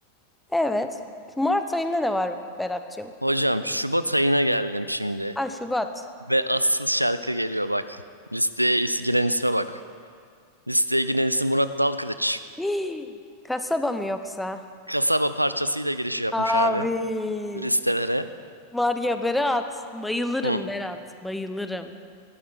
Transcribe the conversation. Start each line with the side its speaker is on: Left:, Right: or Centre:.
Centre: Evet. Şu Mart ayında ne var Berat'cığım?
Right: hocam Şubat ayına geldim şimdi
Centre: Ha Şubat.
Right: ve asıl şarkı geliyor bak. Listeye is- giren isme bak. Listeye giren isim Murat Dalkılıç.
Centre: Hii, kasaba mı yoksa?
Right: Kasaba parçasıyla girişi yapmış
Centre: Abi.
Right: abi. listelere.
Centre: Var ya Berat. Bayılırım
Right: Hı.
Centre: Berat. Bayılırım.